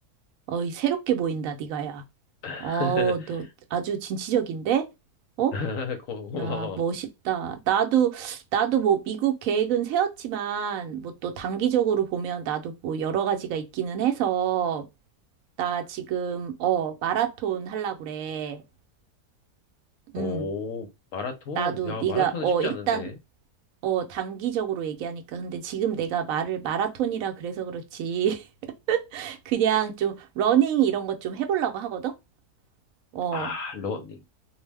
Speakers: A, on the right; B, on the left.
A: 어이, 새롭게 보인다, 네가, 야.
B: <laughs>
A: 어, 너 아주 진취적인데? 어?
B: <laughs> 고- 고마워.
A: 야, 멋있다. 나도, 나도 뭐, 미국 계획은 세웠지만, 뭐 또 단기적으로 보면 나도 뭐 여러 가지가 있기는 해서, 나 지금 어 마라톤 하려고 그래.
B: 오,
A: 음.
B: 마라톤?
A: 나도
B: 야,
A: 네가
B: 마라톤은
A: 어
B: 쉽지
A: 일단
B: 않은데.
A: 어 단기적으로 얘기하니까 근데 지금 내가 말을 마라톤이라 그래서 그렇지. <laughs> 그냥 좀 러닝 이런 것 좀 해보려고 하거든. 어.
B: 아, 러닝.